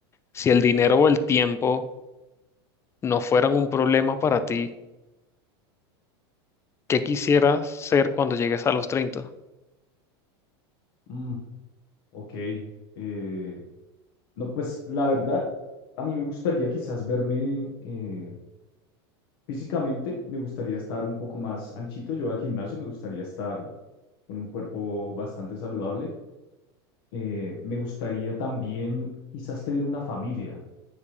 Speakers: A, on the left; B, on the left.
A: si el dinero o el tiempo no fueran un problema para ti, ¿qué quisieras ser cuando llegues a los treinta
B: mm, ok. eh, no, pues la verdad, a mí me gustaría quizás verme eh, físicamente, me gustaría estar un poco más anchito. Yo al gimnasio me gustaría estar con un cuerpo bastante saludable. eh, me gustaría también quizás tener una familia.